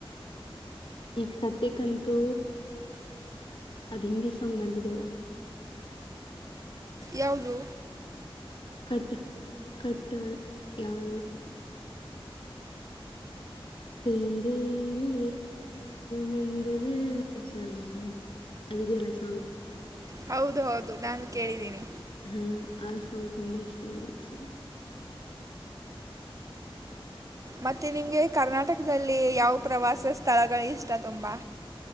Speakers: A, on the left; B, on the right.
A: ಈಗ ಸದ್ಯಕ್ಕಂತೂ ಅದ್ ಹಿಂದಿ ಸಾಂಗ್ ಬಂದಿದೆ ಅಲ್ಲ
B: ಯಾವುದು
A: ಕಟ್ ಕಟ್ಟ ಯಾರ ತರೆಲ್ಲಿ ಮಂದಿರ ಹ್ಮ್ ಹ್ಮ ಅದ ಇದದೆಲ್ಲ ಸಾಂಗ್
B: ಹೌದು ಹೌದು ನಾನು ಕೇಳಿದ್ದೀನಿ
A: ಹಾ ಆ ಸಾಂಗ್ ತುಂಬಾ ಇಷ್ಟ ಆಗಿದೆ ಈಸದ
B: ಮತ್ತೆ ನಿಮ್ಗೆ ಕರ್ನಾಟಕದಲ್ಲಿ ಯಾವ ಪ್ರವಾಸ ಸ್ಥಳಗಳು ಇಷ್ಟ ತುಂಬಾ.